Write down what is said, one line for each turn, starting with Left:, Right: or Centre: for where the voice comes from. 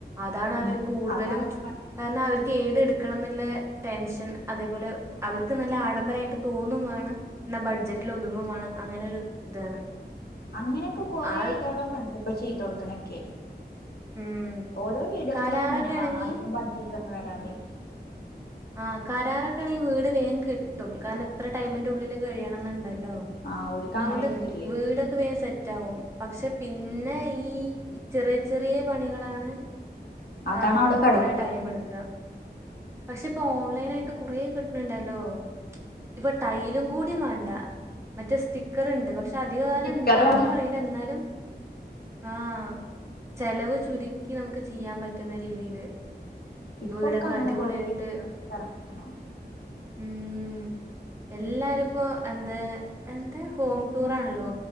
Right: അതാണ്
Left: ഉം
Right: അവർ കൂടുതലും
Left: അതാണ് പണി.
Right: കാരണം അവർ ഏത് എടുക്കണം എന്നുള്ള ടെൻഷൻ അതേപോലെ അവർക്ക് നല്ല ആഡംബരമായിട്ട് തോന്നും വേണം എന്നാ ബഡ്ജറ്റിൽ ഒതുങ്ങും വേണം അങ്ങനെ ഒരു ഇതാണ്
Left: അങ്ങനെയൊക്കെ കൊറേ
Right: ആ
Left: ഇതോളൊക്കെ ഉണ്ട് ഇപ്പൊ ചെയ്ത കൊൊടുക്കണൊക്കെ
Right: ഉം
Left: ഓരോ വീഡിയോസിലൊക്കെ
Right: കരാറൊക്കെ
Left: ഇങ്ങനെ കാണാം
Right: ആണെങ്കി
Left: അധികം ബഡ്ജറ്റ് ഒന്നും വരാതെ
Right: ആ് കരാറൊക്കെ ആണെങ്കിൽ വീട് വേഗം കിട്ടും കാരണം എത്ര ടൈമിന്റെ ഉള്ളിൽ കഴിയണം എന്നുണ്ട് ല്ലോ
Left: ആ ഓൽക്ക്
Right: അതൊണ്ട്
Left: അങ്ങനെ ഒരിതില്ലേ
Right: വീടൊക്കെ വേ സെറ്റ് ആകും പക്ഷെ പിന്നെ ഈ ചെറിയ ചെറിയ പണികളാണ്
Left: അതാണ്
Right: ആഹ
Left: അവിടെ കിടക്കുക
Right: കൊറെ ടൈം എടുക്കുക പക്ഷെ ഇപ്പൊ ഓൺലൈൻ ആായിട്ട് കുറേ കിട്ടണണ്ടല്ലോ ഇപ്പൊ ടൈലും കൂടും വേണ്ട മറ്റേ സ്റ്റിക്കറ ഉണ്ട് പക്ഷെ പക്ഷെ അധികകാലം
Left: സ്റ്റിക്കർ
Right: ഉണ്ടാവോന്ന്
Left: വാങ്ങാ
Right: അറിയില്ല എന്നാലും ആഹ ചെലവ് ചുരുക്കി നമുക്ക് ചെയ്യാൻ പറ്റുന്ന രീതിയില്
Left: ഇപ്പൊക്കെ
Right: വീടൊക്കെ
Left: അങ്ങനെ
Right: അടിപൊളിയിട്ട്
Left: കൊറേ വീഡിയോസ് ഇറങ്ങണം
Right: ഉം ഉം എല്ലാരും ഇപ്പോൊ എന്താ എന്താ ഹോം ടൂറാണല്ലോ